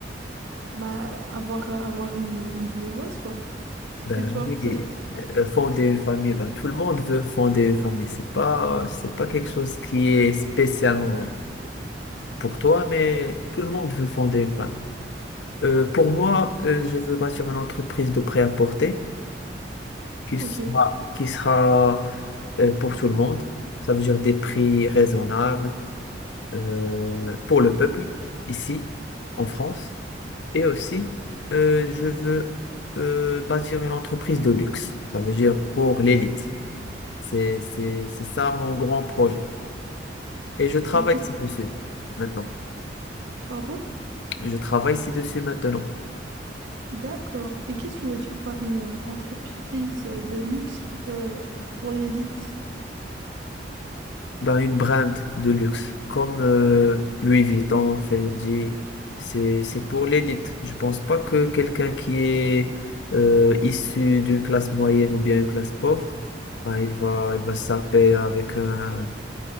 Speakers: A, on the right; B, on the left.
A: bah, avoir, avoir une, une vie heureuse, quoi.
B: Ben
A: Et toi,
B: oui,
A: ça se passe comment?
B: euh, fonder une famille, ben tout le monde veut fonder une famille. C'est pas, c'est pas quelque chose qui est spécialement pour toi, mais tout le monde veut fonder une famille. Euh, pour moi, euh, je veux bâtir une entreprise de prêt-à-porter qui
A: Ok.
B: sera, qui sera euh, pour tout le monde. Ça veut dire des prix raisonnables euh, pour le peuple ici en France. Et aussi, euh, je veux euh, bâtir une entreprise de luxe. Ça veut dire pour l'élite. C'est, c'est, c'est ça mon grand projet. Et je travaille
A: Et qu'est-ce...
B: ci-dessus maintenant.
A: Pardon?
B: Je travaille ci-dessus maintenant.
A: D'accord. Et qu'est-ce que tu veux dire par une euh, entreprise euh, de luxe pour, euh, pour l'élite?
B: Ben, une brand de luxe comme euh, Louis Vuitton, Fendi, c'est, c'est pour l'élite. Je pense pas que quelqu'un qui est euh, issu d'une classe moyenne ou bien une classe pauvre, ben, il va, il va se taper avec un